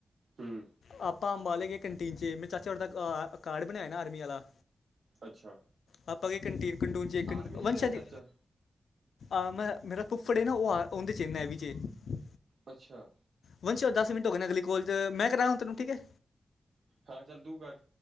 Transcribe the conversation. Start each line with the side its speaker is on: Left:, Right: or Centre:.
Right: ਹੂੰ
Left: ਆਪਾਂ ਅੰਬਾਲੇ ਗਏ ਕੰਟੀਨ ਚ ਮੇਰੇ ਚਾਚੇ ਹੋਰੀ ਦਾ ਕਾਰਡ ਬਣਿਆ ਨਾ ਆਰਮੀ ਵਾਲਾ।
Right: ਅੱਛਾ।
Left: ਆਪਾਂ ਗਏ ਕੰਟੀਨ ਕੰਟੂਨ ਚੇ ਇਕ
Right: ਆਰਮੀ ਚ
Left: ਵੰਸ਼
Right: ਤੇਰਾ
Left: ਜ
Right: ਚਾਚਾ
Left: ਆ ਮੇਰਾ ਫੁਫੜ ਹੈ ਨਾ ਉਹ ਆ ਉਹਦੇ ਚ ਹੈ ਨੇਵੀ ਚ ਹੈ।
Right: ਅੱਛਾ।
Left: ਵੰਸ਼ ਦੱਸ ਮਿੰਟ ਹੋ ਗਏ ਨੇ ਅਗਲੀ ਕੋਲ ਮੈਂ ਕਰਾਂ ਉਹ ਤੈਨੂੰ ਠੀਕ ਹੈ?
Right: ਹਾਂ ਚੱਲ ਤੂੰ ਕਰ।